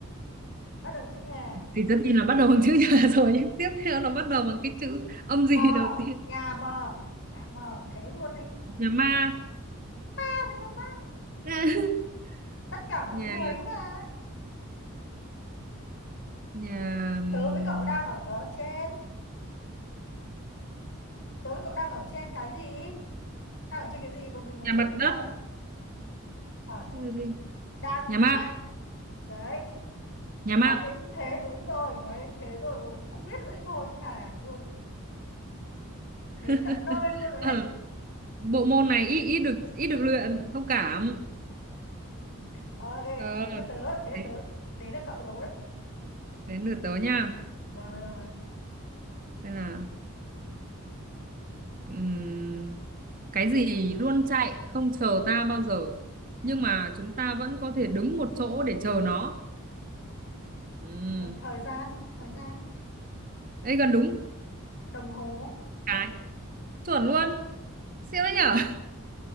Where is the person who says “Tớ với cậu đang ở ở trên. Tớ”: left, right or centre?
Left